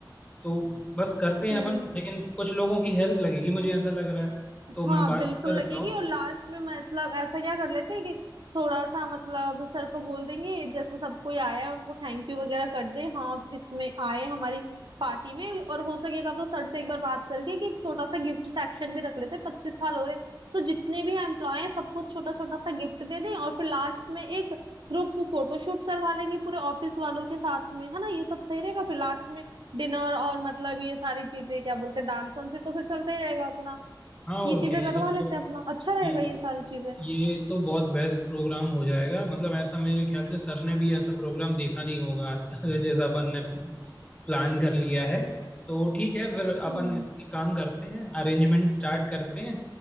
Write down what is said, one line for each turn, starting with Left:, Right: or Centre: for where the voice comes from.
Left: तो बस करते हैं
Right: हम्म
Left: अपन लेकिन कुछ लोगों की हेल्प लगेगी मुझे ऐसा लग रहा है तो
Right: हाँ
Left: मैं बात
Right: बिल्कुल
Left: करता
Right: लगेगी
Left: हूँ
Right: और लास्ट में मतलब ऐसा क्या कर लेते हैं कि थोड़ा सा मतलब सर को बोल देंगे जैसे सब कोई आया है, उनको थैंक यू वगैरह कर दे हाँ इसमें आए हमारी पार्टी में और हो सकेगा तो सर से एक बार बात करके कि एक छोटा सा गिफ्ट सेक्शन भी रख लेते हैं पच्चीस साल हो रहे तो जितने भी एम्प्लॉय हैं सबको छोटा छोटा सा गिफ्ट दे दें और फिर लास्ट में एक ग्रुप फोटोशूट करवा लेंगे पूरे ऑफिस वालों के साथ में है ना ये सब सही रहेगा फिर लास्ट में डिनर और मतलब ये सारी चीजें क्या बोलते हैं डांस वांस से तो फिर चलता ही रहेगा अपना
Left: हाँ
Right: ये
Left: और
Right: चीजें
Left: क्या ये
Right: करवा लेते
Left: तो
Right: हैं अपना अच्छा रहेगा
Left: ये
Right: ये सारी चीजें
Left: ये तो बहुत बेस्ट प्रोग्राम हो जाएगा मतलब ऐसा मेरे ख्याल से सर ने भी ऐसा प्रोग्राम देखा नहीं होगा आज तक जैसा अपन ने प्लान कर लिया है तो ठीक है फिर अपन
Right: हम्म
Left: इस एक काम करते हैं अरेंजमेंट स्टार्ट करते हैं